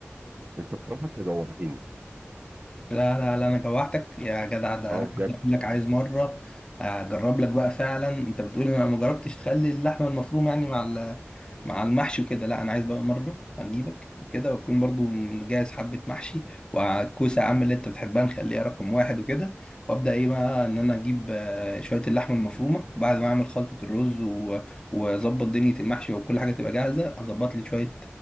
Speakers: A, on the right (about 40°); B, on the left (about 20°).
A: انت بصراحه انت جوعتني
B: لا لا لا انا جوعتك يا جدع ده
A: اه
B: انا عايز
A: بجد
B: اقول لك عايز مره اجرب لك بقى فعلا انت بتقول انا ما جربتش تخلي اللحمه المفرومه يعني مع ال- مع المحشي وكده لا انا عايز بقى مره اجيبك كده واكون برضو مجهز حبه محشي والكوسه يا عم اللي انت بتحبها نخليها رقم واحد وكده وابدا ايه بقى ان انا اجيب آه، شويه اللحمه المفرومه وبعد ما اعمل خلطه الرز و- واظبط دنيا المحشي وكل حاجه تبقى جاهزه اظبط لي شويه